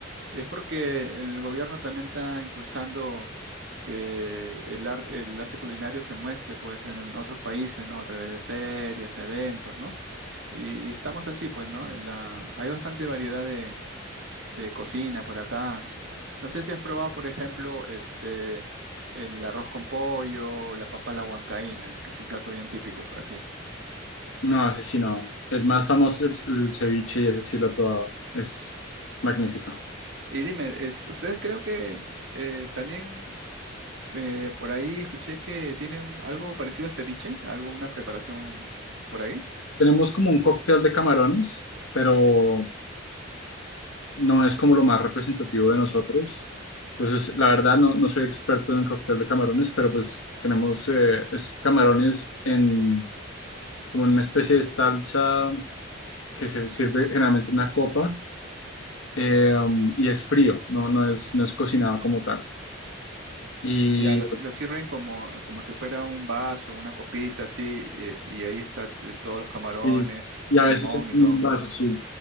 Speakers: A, on the right (about 65°); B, on the left (about 80°).
A: Y es porque el gobierno también está impulsando que el, ar- el arte culinario se muestre pues en otros países, ¿no? A través de ferias, eventos, ¿no? Y, y estamos así, pues, ¿no? En la- hay bastante variedad de, de cocina por acá. No sé si has probado, por ejemplo, este, el arroz con pollo, la papa a la huancaína, que es un plato bien típico por aquí.
B: No, ese sí no. El más famoso es el, el ceviche y ese sí lo he probado. Es magnífico.
A: Y dime, es- ustedes creo que eh, también Eh, por ahí escuché que tienen algo parecido al ceviche, algo, una preparación por ahí.
B: Tenemos como un cóctel de camarones, pero no es como lo más representativo de nosotros. Entonces, la verdad, no, no soy experto en el cóctel de camarones, pero pues tenemos eh, es camarones en como en una especie de salsa que se sirve generalmente en una copa eh, y es frío, no, no es, no es cocinado como tal. Y,
A: Ya, lo, si- lo sirven como, como si fuera un vaso, una copita, así, eh, y ahí está eh, todos los camarones,
B: y- y a veces
A: limón
B: es
A: y
B: en
A: todo.
B: un vaso, sí.